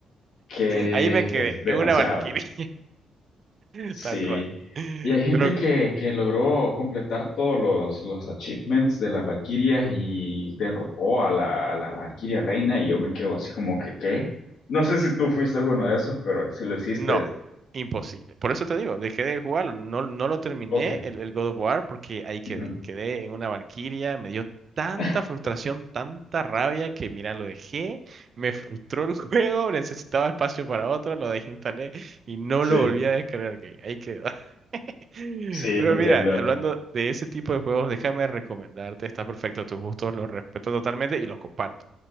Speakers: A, on the left (about 75°); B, on the right (about 40°).
A: que
B: ahí me quedé,
A: es demasiado.
B: en una valquiria, <laughs>
A: Sí.
B: tal cual.
A: Y hay gente
B: Pero
A: que, que logró completar todos los, los achievements de las Valquirias y derrotó a la, a la Valquiria Reina y yo me quedo así como que, ¿qué? No sé si tú fuiste uno de esos, pero si lo hiciste,
B: No, imposible. Por eso te digo, dejé de jugarlo. No, no lo terminé
A: ok.
B: el, el God of War porque ahí quedé.
A: Ujú.
B: Quedé en una Valquiria, me dio tanta
A: <laughs>
B: frustración, tanta rabia que mira, lo dejé, me frustró el <laughs> juego, necesitaba espacio para otro, lo desinstalé y no
A: Sí,
B: lo volví a descargar. que Ahí quedó. <laughs>
A: sí,
B: Pero
A: te entiendo,
B: mira, hablando de ese tipo de juegos, déjame recomendarte, está perfecto a tus gustos, los respeto totalmente y los comparto.